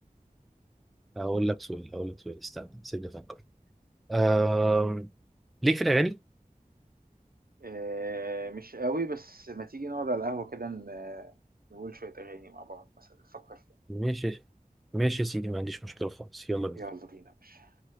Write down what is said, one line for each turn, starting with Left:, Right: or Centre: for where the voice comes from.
Centre: هقول لك سؤال هقول لك سؤال استنى سيبني افكر آم... ليك في الاغاني
Right: آه مش قوي بس ما تيجي نقعد على القهوة كده ن- نقول شوية أغاني مع بعض مثلا نفكر فيها
Centre: ماشي ماشي يا سيدي ما عنديش مشكله خالص يلا بينا
Right: يلا بينا يا باشا